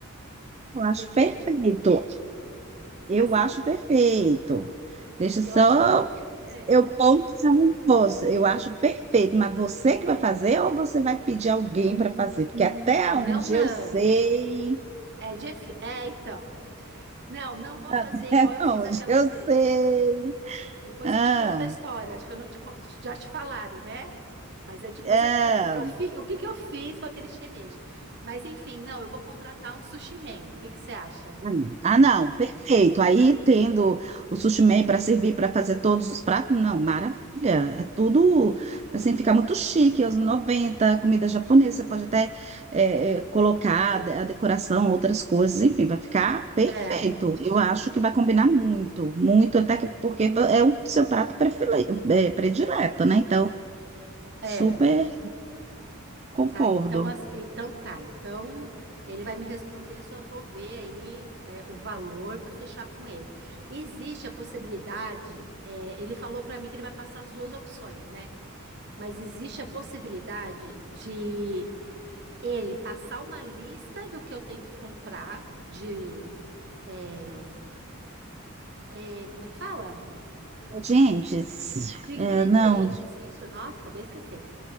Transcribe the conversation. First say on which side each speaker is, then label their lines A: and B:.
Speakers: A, on the right; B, on the right.
A: Eu acho
B: Porque,
A: perfeito.
B: tipo,
A: Eu
B: assim,
A: acho perfeito. Deixa só
B: eu acho que. ne- É.
A: eu pontuar um fosse. Eu acho perfeito, mas você que vai fazer ou você vai pedir alguém
B: N-
A: para fazer? Porque
B: n-
A: até
B: Não,
A: onde
B: não.
A: eu sei,
B: É, difí- é, então. Não, não vou fazer
A: <laughs>
B: igual
A: até
B: eu fiz
A: onde
B: aquela
A: eu
B: vez.
A: sei.
B: Depois
A: Ah,
B: eu te conto a história. Acho que eu não te con- já te falaram, né? Mas é depois
A: ah.
B: eu te conto o que que eu fiz, o que que eu fiz com aquele shimeji. Mas enfim, não, eu vou contratar um sushi man. O que que você acha?
A: Hum. Ah, não, perfeito. Aí tendo o sushi man para servir para fazer todos os pratos, não, maravilha. É tudo assim, fica muito chique. Os 90 comida japonesa, você pode até eh, eh, colocar a decoração, outras coisas, enfim, vai ficar perfeito.
B: É,
A: Eu acho que vai combinar muito, muito, até que- porque é o seu prato prefile- eh, predileto, né? Então, super
B: é.
A: concordo.
B: Ah, então, ass- então tá. Então ele vai me responder, só vou ver aí é, o valor para fechar com ele. Existe a possibilidade, é, ele falou para mim que ele vai passar as duas opções, né? Mas existe a possibilidade de ele passar uma lista do que eu tenho que comprar de, é, é, como é que fala?
A: Gente, s-
B: De ingredientes,
A: eh, não,
B: isso, nossa, acabei esquecendo